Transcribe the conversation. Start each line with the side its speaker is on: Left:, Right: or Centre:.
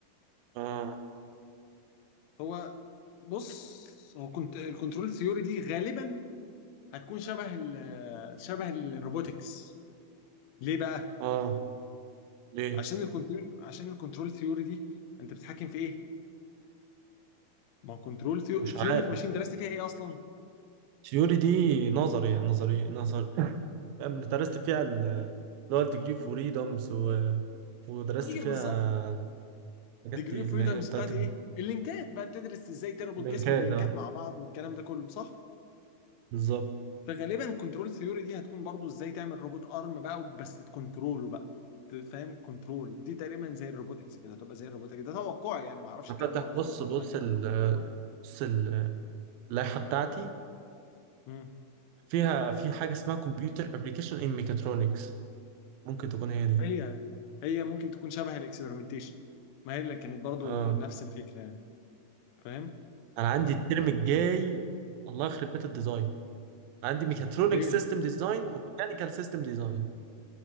Right: اه
Left: هو بص هو كنت الكنترول ثيوري دي غالبا هتكون شبه ال شبه الروبوتكس ليه بقى
Right: اه ليه؟
Left: عشان الكنترول عشان الكنترول ثيوري دي انت بتتحكم في ايه؟ ما هو كنترول
Right: مش عارف
Left: ثيوري في ماشين درست فيها ايه اصلا؟
Right: ثيوري دي نظري يعني نظري نظري درست فيها ال- اللي هو الديجري فريدومز و... ودرست
Left: ايوه
Right: فيها
Left: بالظبط
Right: الحاجات
Left: ديجري
Right: دي
Left: اوف
Right: اللي
Left: فريدمز
Right: هي بتاعت
Left: بتاعت ايه؟ اللينكات بقى بتدرس ازاي تربط
Right: اللينكات
Left: جسم بلينكات
Right: اه
Left: مع بعض والكلام ده كله صح؟
Right: بالظبط
Left: فغالبا كنترول ثيوري دي هتكون برضو ازاي تعمل روبوت ارم بقى بس تكنتروله بقى فاهم كنترول دي تقريبا زي الروبوتكس كده هتبقى زي الروبوتكس ده توقعي يعني ما اعرفش
Right: هفتح
Left: الكلام ده مظبوط
Right: بص
Left: ولا
Right: بص
Left: لا
Right: ال بص ال- اللائحة بتاعتي
Left: مم.
Right: فيها في حاجة اسمها كمبيوتر ابلكيشن ان ميكاترونكس ممكن تكون هي دي
Left: هي هي ممكن تكون شبه الاكسبيرمنتيشن ما هي اللي كانت برضو
Right: اه
Left: نفس الفكره يعني فاهم؟
Right: انا عندي الترم الجاي الله يخرب بيت الديزاين عندي ميكاترونيك
Left: ايه
Right: سيستم ديزاين وميكانيكال سيستم ديزاين